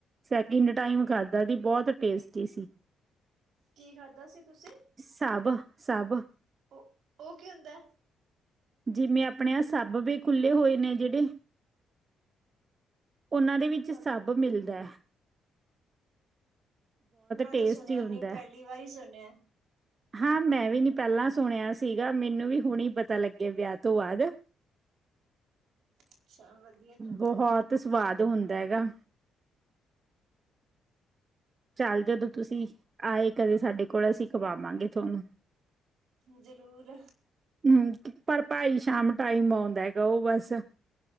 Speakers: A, on the right; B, on the right.
A: ਸੈਕਿੰਡ ਟਾਈਮ ਖਾਦਾ ਸੀ ਬੋਤ ਟੇਸਟੀ ਸੀ।
B: ਕੀ ਖਾਧਾ ਸੀ ਤੁਸੀਂ?
A: ਸਬ-ਸਬ।
B: ਓ-ਓ ਕੀ ਹੁੰਦਾ ਐ?
A: ਜੇਵੇਂ ਆਪਣੇ ਆ ਸੱਭ ਵੀ ਖੁੱਲੇ ਹੋਏ ਨੇ ਜੇੜੇ, ਓਨਾਂ ਦੇ ਵੀ ਚ
B: ਪਤਾ
A: ਸਬ
B: ਨੀ ਮੈਨੂੰ
A: ਮਿਲਦਾ
B: ਤਾਂ
A: ਐ।
B: ਮੈਂ
A: ਟੇਸਟੀ
B: ਤਾਂ ਸੁਣਿਆ
A: ਹੁੰਦਾ
B: ਨੀ ਪੈਲੀ ਵਾਰ ਈ ਸੁਣਿਆ।
A: ਹਾਂ ਮੈਂ ਵੀ ਨੀ ਪੈਂਲਾਂ ਸੁਣਿਆ ਸੀਗਾ ਮੈਨੂੰ ਵੀ ਹੁਣੇ ਪਤਾ ਲ ਗੇ ਵੇਆ ਤੋਂ ਬਾਦ,
B: ਅੱਛਾ ਵਧੀਆ ਚਲੋ
A: ਬਹੋ ਤ ਸਵਾਦ ਹੁੰਦਾ ਹੈਗਾ।
B: <inaudible>
A: ਚੱਲ ਜਦੋਂ ਤੁਸੀਂ, ਆਏ ਕਦੇ ਸਾਡੇ ਕੋਲ ਅਸੀਂ ਖਵਾਵਾਂਗੇ ਤੁਆਨੂੰ।
B: ਜ਼ਰੂਰ
A: ਹੂੰ ਪਰ ਭਾਈ ਸ਼ਾਮ ਟਾਈਮ ਆਉਂਦਾ ਗਾ ਓ ਬਸ